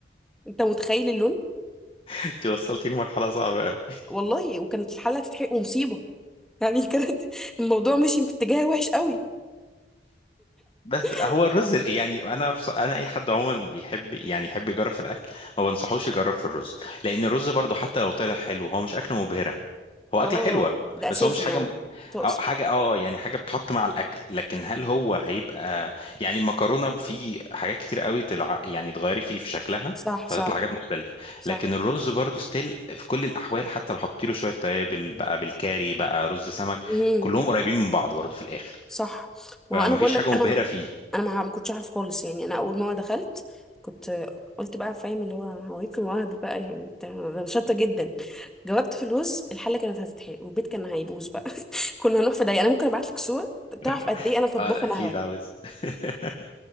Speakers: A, in the centre; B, on the left.
A: انت متخيل اللون
B: انت وصلتي لمرحله صعبه
A: والله وكانت الحله هتتحرق ومصيبه يعني <laughs> كانت الموضوع مشي في اتجاه وحش قوي
B: بس
A: <laughs>
B: هو الرز يعني انا بص- انا اي حد عموما بيحب يعني يحب يجرب في الاكل ما بنصحوش يجرب في الرز لان الرز برضو حتى لو طلع حلو هو مش اكله مبهره هو
A: اه
B: اكله حلوه
A: ده اساسي
B: بس هو مش حاجه
A: يعني
B: م-
A: تقصد
B: أو حاجه اه يعني حاجه بتحط مع الاكل لكن هل هو هيبقى يعني المكرونه في حاجات كتير قوي تلع... يعني تغيري فيه في شكلها
A: صح
B: فتطلع
A: صح
B: حاجات مختلفه
A: صح
B: لكن الرز برضو ستيل في كل الاحوال حتى لو حطيت له شويه توابل بقى بالكاري بقى رز سمك
A: امم
B: كلهم قريبين من بعض برضو في الاخر
A: صح ما
B: فمفيش
A: هو انا بقول
B: حاجه
A: لك انا
B: مبهره فيه
A: انا ما ما كنتش عارف خالص يعني انا اول ما دخلت كنت قلت بقى فاهم اللي هو هوريك مواهبي بقى يعني بتاع- انا شاطره جدا جاوبت في الوز الحله كانت هتتحرق والبيت كان هيبوظ بقى <laughs> كنا هنروح في ضيق انا ممكن ابعت لك صوره
B: <laughs>
A: تعرف قد ايه انا طباخه
B: اه اكيد
A: مهبه
B: عاوز <laughs>